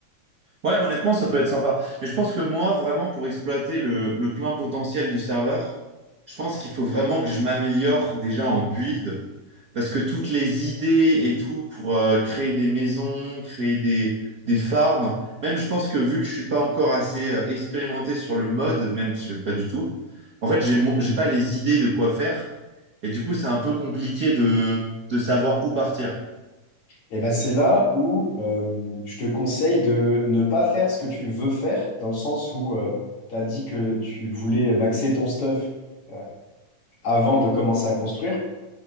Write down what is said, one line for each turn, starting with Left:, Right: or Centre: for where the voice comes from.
Right: Ouais, honnêtement, ça peut être sympa. Mais je pense que moi, vraiment, pour exploiter le, le plein potentiel du serveur, je pense qu'il faut vraiment que je m'améliore déjà en build, parce que toutes les idées et tout pour euh, créer des maisons, créer des, des farms, même je pense que vu que je suis pas encore assez euh, expérimenté sur le mode, même sur- pas du tout, en fait, j'ai mo- j'ai pas les idées de quoi faire, et du coup, c'est un peu compliqué de, de savoir où partir.
Left: Et ben c'est là où euh, je te conseille de ne pas faire ce que tu veux faire, dans le sens où tu as dit que tu voulais maxer ton stuff euh, avant de commencer à construire.